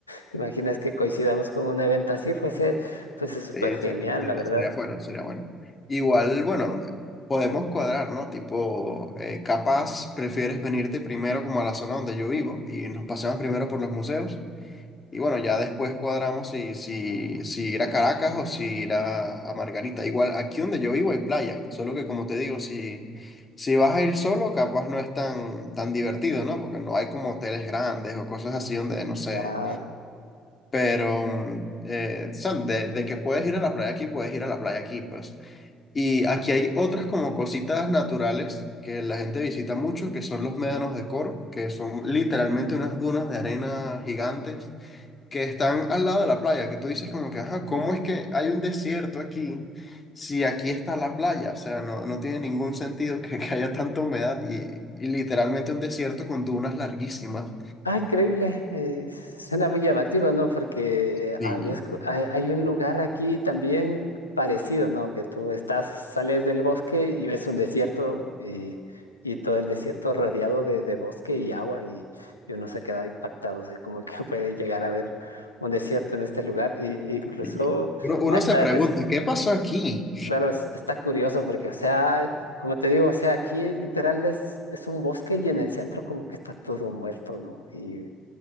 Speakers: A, on the left; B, on the left.
A: ¿Te imaginas que coincidamos con un evento así? Fuese, fuese súper
B: sí,
A: genial,
B: sería, sería,
A: la verdad.
B: sería bueno, sería bueno. Igual, bueno, podemos cuadrar, ¿no? Tipo, eh, capaz prefieres venirte primero como a la zona donde yo vivo y nos paseamos primero por los museos. Y bueno, ya después cuadramos si, si, si ir a Caracas o si ir a, a Margarita. Igual aquí donde yo vivo hay playa, solo que como te digo, si, si vas a ir solo, capaz no es tan, tan divertido, ¿no? Porque no hay como hoteles grandes o cosas así donde, no sé,
A: Claro.
B: pero, mm, eh, o sea, de, de que puedes ir a la playa aquí, puedes ir a la playa aquí, pues. Y aquí hay otras como cositas naturales que la gente visita mucho, que son los médanos de Coro, que son literalmente unas dunas de arena gigantes que están al lado de la playa, que tú dices como que, ajá, ¿cómo es que hay un desierto aquí si aquí está la playa? O sea, no, no tiene ningún sentido que, que haya tanta humedad y, y literalmente un desierto con dunas larguísimas.
A: Ah, increíble. eh, suena muy llamativo, ¿no? Porque eh,
B: Y,
A: había escu- hay, hay un lugar aquí también parecido, ¿no? Que tú estás, sales del bosque y ves un desierto y, y todo el desierto rodeado de, de bosque y agua y, y uno se queda impactado. O sea, como que <laughs> puede llegar a ver un desierto en este lugar e e incluso
B: y uno, uno
A: hasta
B: se pregunta,
A: resulta
B: ¿qué pasó aquí?
A: Claro, es- está curioso porque, o sea, como te digo, o sea, aquí literal es, es un bosque y en el centro como que está todo muerto, ¿no? Y,